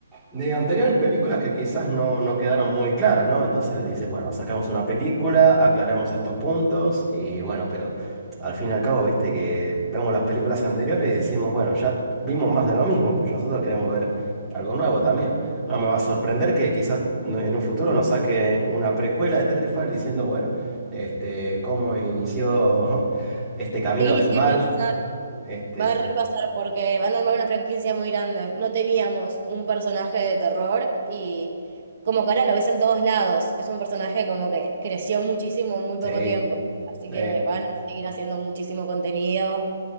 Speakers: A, in the centre; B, on the right.
A: De anteriores películas que quizás no, no quedaron muy claras, ¿no? Entonces dice, bueno, sacamos una película, aclaramos estos puntos y bueno, pero al fin y al cabo, viste que vemos las películas anteriores y decimos, bueno, ya vimos más de lo mismo, pues nosotros queremos ver algo nuevo también. No me va a sorprender que quizás no- en un futuro nos saquen una precuela de Terrifier diciendo, bueno, este, cómo inició <laughs> este camino
B: Sí,
A: del mal,
B: sí, va a pasar.
A: este,
B: Va a repasar porque van a armar una franquicia muy grande. No teníamos un personaje de terror y como que ahora lo ves en todos lados. Es un personaje como que creció muchísimo en muy poco
A: sí,
B: tiempo. Así
A: sí,
B: que van a seguir haciendo muchísimo contenido.